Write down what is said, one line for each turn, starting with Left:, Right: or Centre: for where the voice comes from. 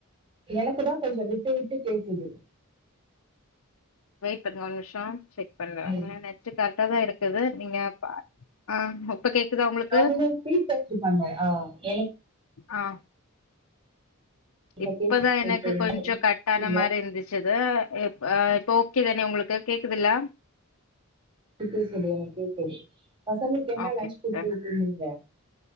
Right: எனக்குதா கொஞ்ச விட்டு விட்டு கேக்குது
Left: வெயிட் பண்ணுங்க ஒரு நிமிஷோ செக் பண்ற
Right: ம்
Left: ஆ நெட்டு கரெக்டா தா இருக்குது நீங்க பா ஆ இப்ப கேக்குதா உங்களுக்கு
Right: அதுல ஃபீட்பேக்கு பண்ணோ இ எனக்
Left: ஆ
Right: இப்ப
Left: இப்பதா
Right: கேக்குது
Left: எனக்கு
Right: இப்ப
Left: கொஞ்சோ கட்டான
Right: என்ன
Left: மாரி இருந்துச்சுது இப் ஆ இப்ப ஓகே தானே உங்களுக்கு கேக்குதுல்ல
Right: பிச்சது எனக் கேக்குது பசங்கள்க்கு என்ன
Left: ஓகே
Right: லன்ச்
Left: சிஸ்டர்
Right: குடுத்து விட்டீங்க